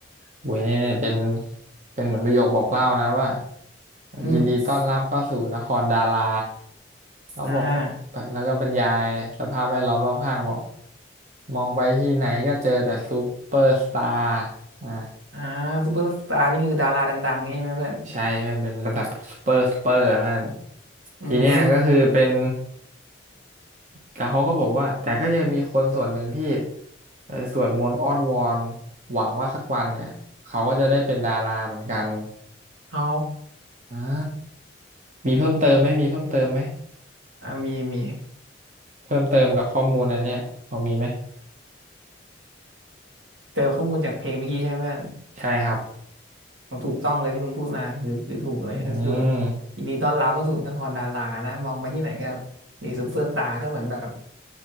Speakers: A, on the right; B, on the right.
A: โอ้ยเนี่ยเนี่ยเป็นเป็นเหมือนประโยคบอกเล่านะว่า
B: อืม
A: ยินดีต้อนรับเข้าสู่นครดาราเขาบอก
B: อ่า
A: แล้วก็บรรยายสภาพแวดล้อมรอบข้างบอกมองไปที่ไหนก็เจอแต่ซูเปอร์สตาร์อ่า
B: อ่าซูเปอร์สตาร์นี่คือดาราดังๆนี่ใช่ไหมเพื่อน
A: ใช่เพื่อนเป็นระดับซูเปอร์ซูเปอร์เพื่อน
B: อืม
A: ทีเนี้ยก็คือเป็น แต่เขาก็บอกว่าแต่ก็ยังมีคนส่วนหนึ่งที่เออสวดมนต์อ้อนวอนหวังว่าสักวันเนี่ยเขาก็จะได้เป็นดาราเหมือนกัน
B: อ๋อ
A: อ่ามีเพิ่มเติมไหมมีเพิ่มเติมไหม
B: อ่ามีมี
A: เพิ่มเติมกับข้อมูลอันเนี้ยพอมีไหม
B: เจอข้อมูลจากเพลงเมื่อกี้ใช่ไหมเพื่อน
A: ใช่ครับ
B: ถูกต้องเลยที่มึงพูดมาคือคือถูกเลยก็คือแบบ
A: อืม
B: ยินดีต้อนรับเข้าสู่นครดารานะมองไปที่ไหนก็มีซูเปอร์สตาร์ก็เหมือนแบบ